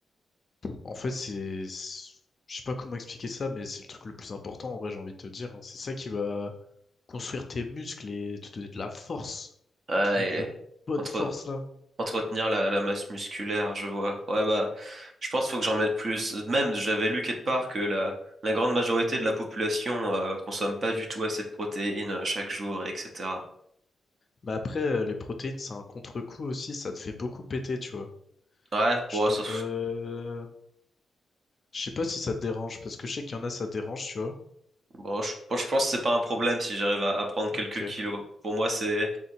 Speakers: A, on the left; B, on the right.
A: en fait, c'est, c'est- je sais pas comment expliquer ça, mais c'est le truc le plus important, en vrai, j'ai envie de te dire. hein. C'est ça qui va construire tes muscles et te donner de la force,
B: Ouais,
A: te donner de la
B: et
A: bonne
B: entre,
A: force là.
B: Entretenir la, la masse musculaire, je vois. Ouais, bah, je pense qu'il faut que j'en mette plus. Même, j'avais lu quelque part que la, la grande majorité de la population euh, consomme pas du tout assez de protéines euh, chaque jour, etc.
A: Mais après, euh, les protéines, c'est un contre-coup aussi, ça te fait beaucoup péter, tu vois.
B: Ouais,
A: Genre,
B: bon, ça-
A: euh, je sais pas si ça te dérange, parce que je sais qu'il y en a, ça dérange, tu vois.
B: bon, je, bon, je pense que c'est pas un problème si j'arrive à, à prendre quelques
A: Ok,
B: kilos. Pour moi, c'est,